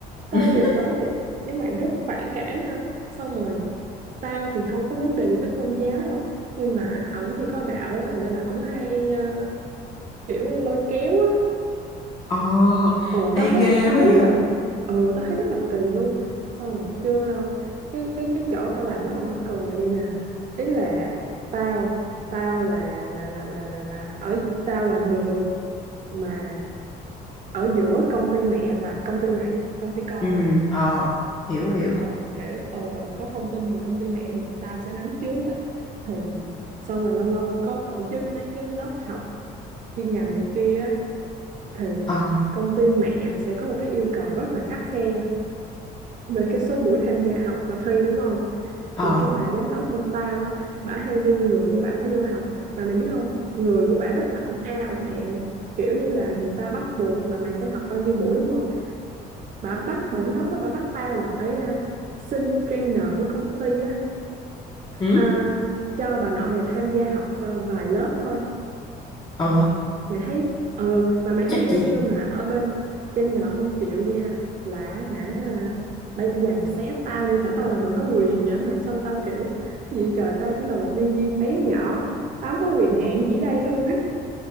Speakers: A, on the right (about 50°); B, on the left (about 25°).
A: Tao
B: <laughs>
A: nhìn tao nói thiệt với mày rất phản cảm nha. Xong rồi tao thì không có vấn đề gì với tôn giáo đâu nhưng mà ổng thì có đạo á thành ra là ổng hay ờ, kiểu lôi kéo á
B: Ờ,
A: ờ
B: ê
A: tao thấy
B: ghê
A: tao
B: quá
A: thấy rất
B: vậy.
A: là ờ tao thấy rất là kỳ luôn xong rồi chưa đâu cái cái cái chỗ tao làm rất là mắc cười là vậy nè ý là tao tao là là là là là là ở tao là người mà ở giữa công ty mẹ và công ty này công ty con
B: Ừ,
A: này
B: ờ, hiểu hiểu.
A: ờ kiểu ờ ờ có thông tin gì công ty mẹ thì tụi tao sẽ nắm trước á thì xong rồi lâu lâu có tổ chức mấy cái lớp học chuyên ngành này kia á thì
B: ờ
A: công ty mẹ sẽ có một cái yêu cầu rất là khắt khe về cái số buổi tham gia học và thi đúng không
B: ờ
A: thì cái bà giám đốc bên tao á bả hay đưa người của bả vô học mà mày biết không người của bả rất là ổng a ổng ẹo kiểu như là người ta bắt buộc là mày phải học bao nhiêu buổi đúng không bà bắt bà giám đốc á bà bắt tao là phải à, xin trainer của công ty á
B: ừ
A: à, cho bà nội này tham gia học ờ, vài lớp thôi
B: ờ
A: mày thấy ừ mà mày thấy
B: chắc gì
A: ghê chưa mà ở bên trainer không chịu nha là hả bà dằn xé tao như thể tao là người có quyền vậy mày xong tao kiểu gì trời tao chỉ là một nhân viên bé nhỏ tao không có quyền hạn gì đây luôn á